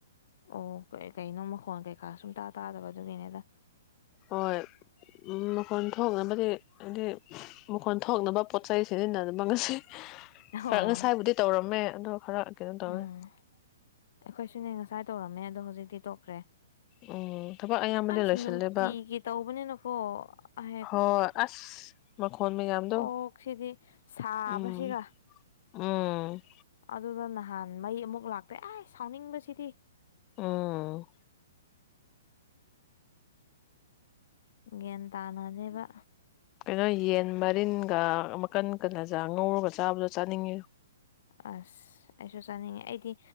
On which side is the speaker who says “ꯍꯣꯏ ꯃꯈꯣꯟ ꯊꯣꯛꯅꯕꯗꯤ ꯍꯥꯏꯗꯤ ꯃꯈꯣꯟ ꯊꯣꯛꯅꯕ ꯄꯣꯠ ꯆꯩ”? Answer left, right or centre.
Left